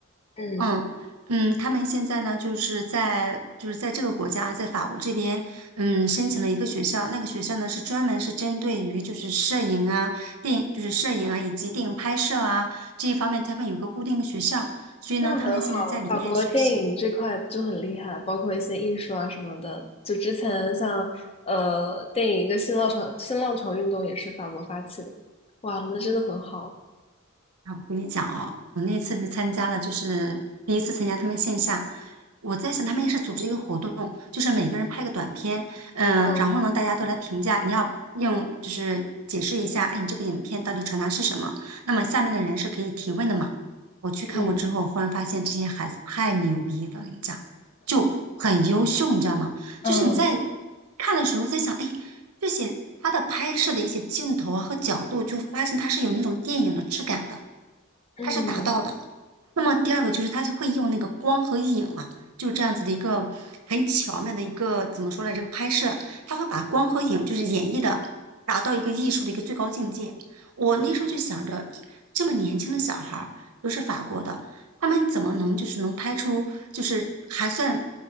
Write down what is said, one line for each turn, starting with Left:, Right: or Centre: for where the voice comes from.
Left: 嗯。
Right: 嗯嗯，他们现在呢，就是在就是在这个国家，在法国这边，嗯，申请了一个学校，那个学校呢是专门是针对于就是摄影啊、电影就是摄影啊以及电影拍摄啊这一方面，他们有个固定的学校，所以呢，
Left: 那很好，
Right: 他们现在在里面学习。
Left: 法国电影这块就很厉害，包括一些艺术啊什么的。就之前像呃电影一个新浪潮新浪潮运动也是法国发起的，哇，那真的很好。
Right: 啊，我跟你讲哦，我那次是参加了，就是第一次参加他们线下。我在想，他们也是组织一个活动，就是每个人拍个短片，嗯、
Left: 嗯
Right: 然后呢，大家都来评价，你要用就是解释一下，哎，你这个影片到底传达是什么？那么下面的人是可以提问的嘛？我去看过之后，
Left: 嗯
Right: 忽然发现这些孩子太牛逼了，我跟你讲，就很优秀，你知道吗？
Left: 嗯
Right: 就是你在看的时候在想，哎，这些他的拍摄的一些镜头啊和角度，就发现他是有那种电影的质感的。
Left: 嗯，
Right: 它是达到的。那么第二个就是他就会用那个光和影啊，就是这样子的一个很巧妙的一个怎么说来这个拍摄，他会把光和影就是演绎的达到一个艺术的一个最高境界。我那时候就想着，诶这么年轻的小孩儿，又是法国的，他们怎么能就是能拍出就是还算